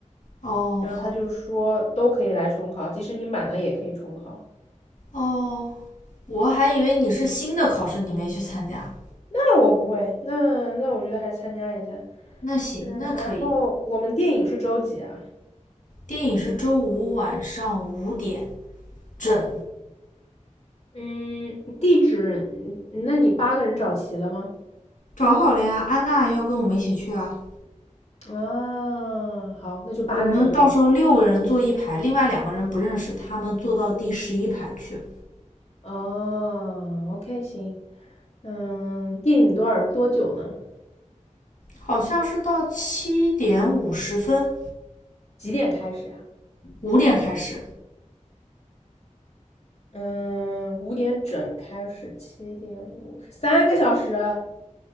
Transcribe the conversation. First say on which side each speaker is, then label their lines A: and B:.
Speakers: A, on the left (about 80°); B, on the left (about 55°).
A: 哦，
B: 然后他就说都可以来重考，
A: 好，
B: 即使你满了也可以重考。
A: 哦，我还以为你是新的考试，你没去参加。
B: 那我不会，那那我觉得还是参加一下。
A: 那行，
B: 嗯，
A: 那可以。
B: 然后我们电影是周几啊？
A: 电影是周五晚上五点整，
B: 嗯，地址，那你八个人找齐了吗？
A: 找好了呀。安娜要跟我们一起去啊。
B: 啊，好，那就八个人对吧？
A: 我们到时候六个人坐一排，另外两个人不认识，他们坐到第十一排去了，
B: 哦，OK，行。嗯，电影多少多久呢？
A: 好像是到七点五十分，
B: 几点开始呀、
A: 五点开始。
B: 嗯，五点整开始，七点五十，三个小时啊！